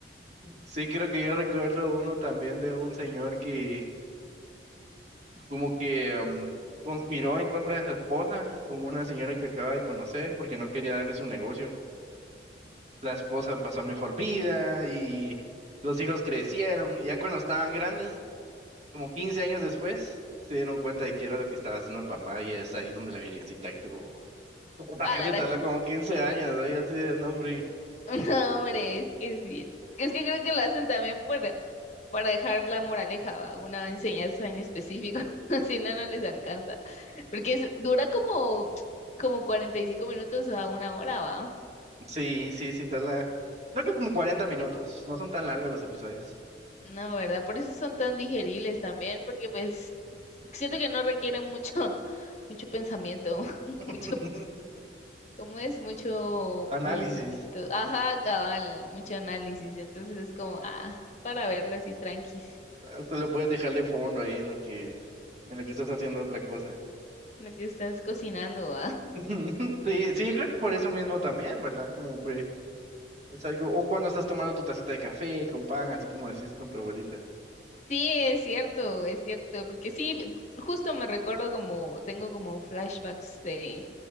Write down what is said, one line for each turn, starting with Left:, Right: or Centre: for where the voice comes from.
Right: Sí, creo que yo recuerdo uno también de un señor que como que em, conspiró en contra de su esposa con una señora que acaba de conocer porque no quería darle su negocio. La esposa pasó mejor vida y los hijos crecieron y ya cuando estaban grandes, como 15 años después, se dieron cuenta de que era lo que estaba haciendo el papá y es ahí donde la virgencita actuó. <laughs> También
Left: Ah, Lara.
Right: se tardó
Left: <laughs>
Right: como 15 años, ahí así de nombre
Left: No, hombre, es que sí. Es que creo que lo hacen también por para dejar la moraleja, ¿va? Una enseñanza en específico, <laughs> si no, no les alcanza. Porque es- dura como, como 45 minutos a una hora, ¿va?
Right: Sí, sí, sí, Tarda Creo que como 40 minutos. No son tan largos los episodios.
Left: No, ¿verdad? Por eso son tan digeribles también, porque pues siento que no requieren mucho, <laughs> mucho pensamiento, <laughs>
Right: <laughs>
Left: mucho, ¿cómo es? Mucho
Right: Análisis.
Left: procesamiento. Ajá, cabal, mucho análisis. Entonces es como, ah, para verlo así tranquis,
Right: Hasta lo puedes dejar de fondo ahí en lo que, en lo que estás haciendo otra cosa.
Left: lo que estás cocinando, ¿va?
Right: <laughs> Sí, sí, yo creo que por eso mismo también, ¿verdad? Como que es algo, o cuando estás tomando tu tacita de café con pan, así como decís con tu abuelita.
Left: Sí, es cierto, es cierto, porque sí, justo me recuerdo como, tengo como flashbacks de,